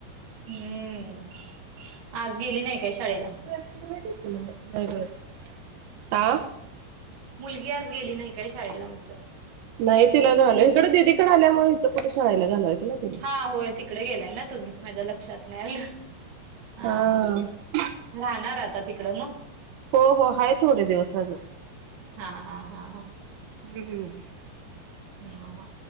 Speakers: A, on the right (about 50°); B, on the right (about 80°).
A: हम्मं आंज गेली नाहीं कायं शाळेला
B: कायं नाहीं बसं
A: मुलंगी आंज गेली नाहीं कायं शाळेला म्हटलं
B: नाहीं तिलां घालो इकडे दिदीकडे आल्यांमुळे इथं कुठे शाळेला घालवायचं नां तिला
A: हां होयं तिकडे गेलांय नां तुम्हीं माझ्या लक्षांत नाहीं आलं हा
B: हां
A: हा राहणार आता तिकडं मग
B: हो हो आहे थोडे दिवसं अजूंन
A: हां हां हां हां
B: हम्मं
A: हं